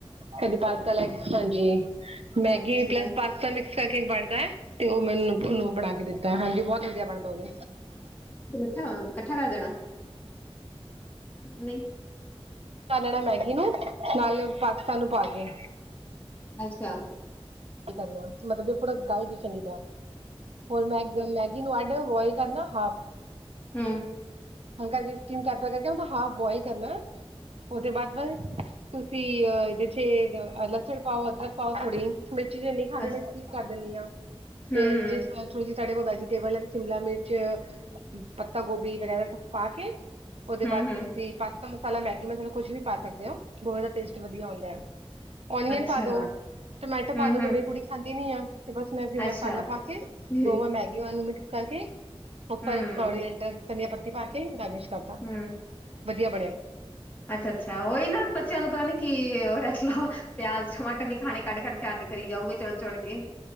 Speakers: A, on the right; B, on the left.
A: ਕਦੇ ਪਾਸਤਾ ਲੈ ਹਾਂਜੀ
B: ਅੱਛਾ-ਅੱਛਾ-ਅੱਛਾ
A: ਮੈਗੀ ਪਲੱਸ ਪਾਸਤਾ ਮਿਕਸ ਕਰਕੇ ਬਣਦਾ ਹੈ ਤੇ ਉਹ ਮੈਨੂੰ ਉਹਨੂੰ ਬਣਾ ਕੇ ਦਿੱਤਾ ਹਾਂਜੀ ਬਹੁਤ ਵਧੀਆ ਬਣਦਾ ਉਹ
B: ਇਕੱਠਾ ਇਕੱਠਾ ਕਰ ਦੇਣਾ ਨਹੀਂ
A: ਪਾ ਲੈਣਾ ਮੈਗੀ ਨੂੰ ਨਾਲ ਪਾਸਤਾ ਨੂੰ ਪਾ ਕੇ
B: ਅੱਛਾ
A: ਕੀ ਕਰਨਾ ਮਤਲਬ ਜੇ ਪੂਰਾ ਗਲ ਜ ਚੰਗੀ ਤਰ੍ਹਾਂ ਹੋਰ ਮੈਂ ਮ ਅੱਡ ਬੋਇਲ ਕਰਨਾ ਹਾਫ
B: ਹਮ
A: ਹਲਕਾ ਜਿਹੀ ਸਟੀਮ ਕਰਦਾ ਕਰਕੇ ਉਹਦਾ ਹਾਫ ਬੋਇਲ ਕਰਨਾ ਉਹਦੇ ਬਾਅਦ ਮ ਤੁਸੀਂ ਇਹਦੇ ਚ ਲਸਣ ਪਾਓ ਅਦਰਕ ਪਾਓ ਥੋੜੀ ਮਿਰਚੀਜ਼ ਇੰਨੀ ਖਾਦੀ
B: ਅੱਛ
A: ਮੈਂੀ ਕਰ ਦਿੰਦੀ ਹਾਂ
B: ਹੂੰ-ਹੂੰ,
A: ਤੇ ਜਿਸ ਥੋੜ੍ਹੀ ਜਿਹੀ ਤੁਡੇ ਕੋਲ ਵੈਜੀਟੇਬਲ ਹੈ ਸ਼ਿਮਲਾ ਮਿਰਚ ਪੱਤਾ ਗੋਭੀ ਵਗੈਰਾ ਸ ਪਾ ਕੇ ਉਹਦੇ
B: ਹੂੰ-ਹੂੰ
A: ਬਾਅਦ ਤੁਸੀਂ ਪਾਸਤਾ ਮਸਾਲਾ ਮੈਗੀ ਮਸਾਲਾ ਕੁਛ ਵੀ ਪਾ ਸਕਦੇ ਹੋ ਪੋਹੇ ਦਾ ਟੇਸਟ ਵਧੀਆ ਆਉਂਦਾ ਹੈ
B: ਅੱਛਾ-ਅੱਛਾ
A: ਓਨੀਅਨ ਪਾ ਦੋ ਟੋਮੈਟੋ ਪਾ
B: ਹੂੰ-ਹੂੰ
A: ਦੋ ਮੇਰੀ ਕੁੜੀ ਖਾਂਦੀ ਨੀ ਆ ਤੇ ਬਸ ਮੈਂ
B: ਅੱਛਾ
A: ਮਸਾਲਾ ਪਾ ਕੇ
B: ਹੂੰ-ਹੂੰ
A: ਦੋਵਾਂ ਮੈਗੀ ਵਾਲਾਂ ਨੂੰ ਮਿਕਸ ਕਰਕੇ ਉੱਪਰ
B: ਅੱਛਾ।
A: ਕੋਰੀਐਂਡਰ ਧਨੀਆ ਪੱਤੀ ਪਾ ਕੇ ਗਾਰਨਿਸ਼ ਕਰਦਾ
B: ਹੂੰ ਹੂੰ
A: ਵਧੀਆ ਬਣਿਆ
B: ਅੱਛਾ ਅੱਛਾ ਉਹੀ ਨਾ ਬੱਚਿਆਂ ਨੂੰ ਪਤਾ ਨੀ ਕਿ ਉਹ ਲਓ ਪਿਆਜ ਟਮਾਟਰ ਨੀ ਖਾਣੇ ਕੱਢ ਕੱਢ ਕੇ ਅੱਡ ਕਰੀ ਜਾਊਗੇ ਚੁਣ ਚੁਣ ਕੇ